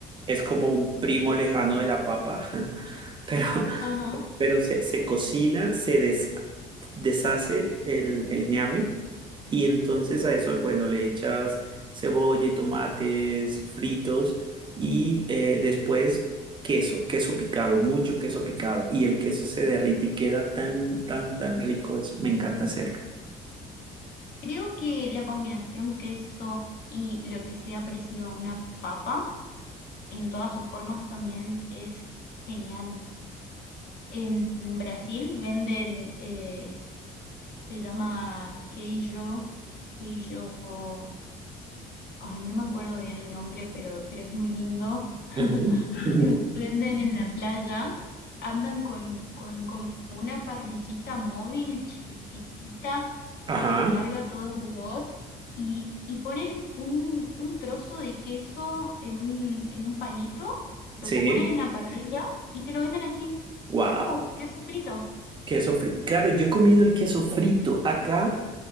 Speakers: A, on the right; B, on the left.
A: es como un primo lejano de la papa, <laughs> pero,
B: Ajá.
A: pero se, se cocina, se des- deshace el, el ñame y entonces a eso, bueno, le echas cebolla y tomates fritos y eh, después queso, queso picado, mucho queso picado y el queso se derrite y queda tan, tan, tan rico eso, me encanta hacerlo.
B: Creo que la combinación queso y lo que sea parecido a una papa, en todas sus formas también es genial. En Brasil venden, eh, se llama queijo, queijo, ay, no me acuerdo bien el nombre, pero, pero es muy lindo
A: Ujú. <laughs>
B: lo venden en la playa, andan con, con como una parrillita móvil chiquitita
A: Ajá,
B: que larga todo el olor y, y ponen un, un trozo de queso en un, en un palito, lo
A: sí.
B: ponen en la parrilla y te lo venden así.
A: Wow,
B: Es como queso frito.
A: queso frito. Claro, yo he comido el queso frito acá.